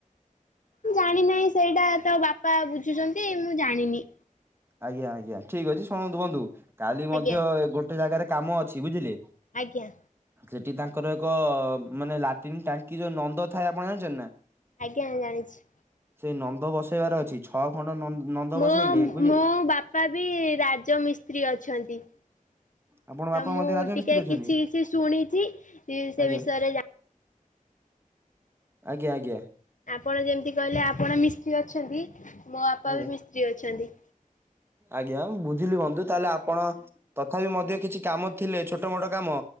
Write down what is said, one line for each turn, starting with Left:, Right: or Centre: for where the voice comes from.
Left: ମୁଁ ଜାଣିିନାହିଁ ସେଇଟା, ତ ବାପା ବୁଝୁଚନ୍ତି ମୁଁ ଜାଣିନି।
Right: ଆଜ୍ଞା ଆଜ୍ଞା, ଠିକ ଅଛି ଶୁଣନ୍ତୁ ବନ୍ଧୁ, କାଲି ମଧ୍ୟ
Left: ଆଜ୍ଞା
Right: ଗୋଟେ ଜାଗାରେ କାମ ଅଛି, ବୁଝିଲେ?
Left: ଆଜ୍ଞା।
Right: ସେଠି ତାଙ୍କର ଏକ, ମାନେ ଲାଟି୍ନ୍ ଟାଙ୍କି ଯୋଉ ନନ୍ଦ ଥାଏ, ଆପଣ ଜାଣିଚନ୍ତି ନା?
Left: ଆଜ୍ଞା ଜାଣିଚି।
Right: ସେ ନନ୍ଦ ବସେଇବାର ଅଛି, ଛଅ ଖଣ୍ଡ ନନ୍ଦ
Left: ମୋ
Right: ବସେଇଲେ, ବୁଝିଲେ
Left: ମୋ ବାପା ବି ରାଜମିସ୍ତ୍ରୀ ଅଛନ୍ତି। ତ,
Right: ଆପଣ ବାପା
Left: ମୁଁ
Right: ମଧ୍ୟ ରାଜମିସ୍ତ୍ରୀ
Left: ଟିକେ
Right: ଅଛନ୍ତି
Left: କିଛି କିଛି ଶୁଣିଚି, ସେ
Right: ଆଜ୍ଞା।
Left: ବିଷୟରେ ଯା
Right: ଆଜ୍ଞା ଆଜ୍ଞା।
Left: ଆପଣ ଯେମିତି କହିଲେ ଆପଣ ମିସ୍ତ୍ରୀ ଅଛନ୍ତି, ମୋ ବାପା
Right: ଆଜ୍ଞା
Left: ବି ମିସ୍ତ୍ରୀ ଅଛନ୍ତି।
Right: ଆଜ୍ଞା, ବୁଝିଲି ବନ୍ଧୁ, ତାହେଲେ ଆପଣ ତଥାପି ମଧ୍ୟ କିଛି କାମ ଥିଲେ, ଛୋଟ ମୋଟ କାମ